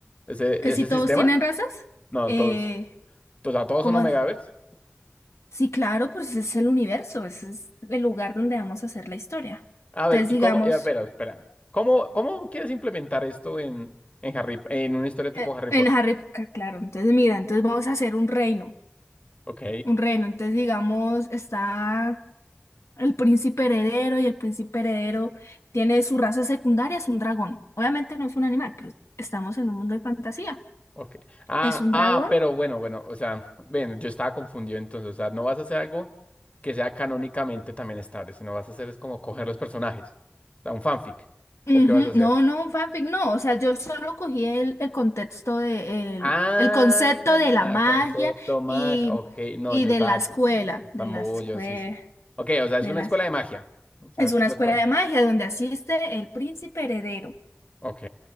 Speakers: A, on the left; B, on the left.
A: ese,
B: Que
A: ese
B: si todos
A: sistema.
B: tienen razas,
A: No,
B: eh,
A: todos, o sea, todos
B: como,
A: son omegavers.
B: sí, claro, pues ese es el universo, ese es el lugar donde vamos a hacer la historia.
A: A
B: Entonces,
A: ver, ¿y
B: digamos,
A: cómo? eh, espera, espera. ¿Cómo, cómo quieres implementar esto en, en Harry, en una historia
B: eh,
A: tipo Harry
B: en
A: Potter?
B: Harry Potter, claro, entonces mira, entonces vamos a hacer un reino,
A: Ok,
B: un reino. Entonces, digamos, está El príncipe heredero y el príncipe heredero tiene su raza secundaria, es un dragón. Obviamente no es un animal, pero estamos en un mundo de fantasía.
A: ok. Ah,
B: ¿Es un
A: ah,
B: dragón?
A: pero bueno, bueno, o sea, ven, yo estaba confundido entonces, o sea, no vas a hacer algo que sea canónicamente también estable, sino vas a hacer es como coger los personajes, o sea, un fanfic,
B: Ujú,
A: ¿o qué vas a hacer?
B: No, no, un fanfic, no. O sea, yo solo cogí el, el contexto de el,
A: Ah,
B: el concepto de la magia
A: concepto mag,
B: y,
A: ok, no,
B: y
A: yo
B: de
A: estaba
B: la escuela, de
A: tan
B: la
A: bobo,
B: escuela,
A: yo sí, sí. Ok, o sea, es
B: de
A: una
B: las
A: escuela de magia, o sea,
B: es
A: tipo,
B: una escuela
A: escuela-
B: de magia donde asiste el príncipe heredero.
A: ok,